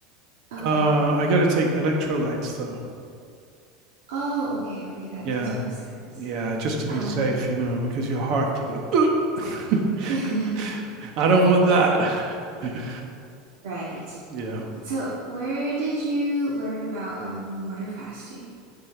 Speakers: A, on the right; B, on the right.
A: Okay.
B: Uh, I got to take electrolytes though.
A: Oh, okay, okay, that
B: Yeah.
A: does make sense.
B: Yeah, just to be
A: Um,
B: safe, you know, because your heart could go. "Ugh."
A: <laughs>
B: <laughs> I don't want that. <laughs>
A: right.
B: yeah.
A: So, where did you learn about um water fasting?